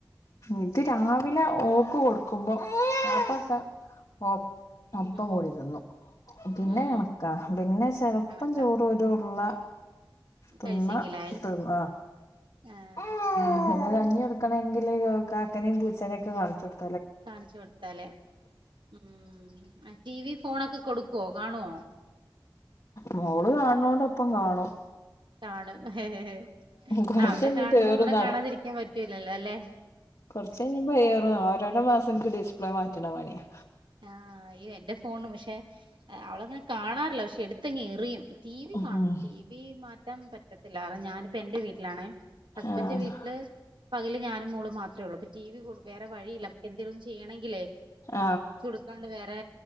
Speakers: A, on the left; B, on the right.
A: ഇത് രാവിലെ ഓക്ക് കൊടുക്കുമ്പോ അപ്പക്കഓക്ക് അപ്പം
B: ഉം
A: കൂടി തിന്നു പിന്നെ
B: ഉം
A: കണക്കാ പിന്നെ ചെലപ്പം
B: കണക്കാ
A: ചോറ് ഒരു ഉരുള തിന്ന
B: കഴിച്ചെങ്കിലായി
A: തിന്ന്
B: ആഹ്
A: ആ <unintelligible> കഞ്ഞി കൊടുക്കണമെങ്കില് കാക്കനേയും പൂച്ചനെയും ഒക്കെ കാണിച്ച് കൊടുക്ക
B: കാണിച്ചു കൊടുത്താലേ ഉ ടി വി ഫോണൊക്കെ കൊടുക്കുവോ? കാണുവോ?
A: മോള് കാണ നോണ്ട് ഒപ്പം കാണും.
B: കാണുംഹ ഹേ
A: കൊറച്ച്
B: അവിടെ
A: കഴിഞ്ഞിട്ട്
B: കാണുമ്പോ
A: ഏറും
B: ഇവിടെ കാണാതിരിക്കാൻ പറ്റൂലല്ലോ അല്ലെ?
A: കുറച്ച് കഴിയുമ്പോ ഏർ ഓരോരോ മാസം എനിക്ക് ഡിസ്പ്ലേ മാറ്റണ പണിയാ.
B: ആ അയ്യോ എന്റെ ഫോണ് പക്ഷെ അവളങ്ങനെ കാണാറില്ല. പക്ഷെ എടുത്തങ്ങ് എറിയും. ടി വി
A: ഉം
B: കാണും ടി വി മാറ്റാൻ പറ്റത്തില്ല. കാരണം ഞാനിപ്പ എൻ്റെ വീ <unintelligible> വീട്ടിലാണ് ഹസ്ബന്റെ
A: ആഹ്
B: വീട്ടില് പകല് ഞാനും മോള് മാത്രേള്ളൂ. ഇപ്പ ടിവി വേറെ വഴിയില്ല നമക്ക് എന്തേലും ചെയ്യണക്കിലെ.
A: ആ
B: കൊടുക്കാണ്ട് വേറെ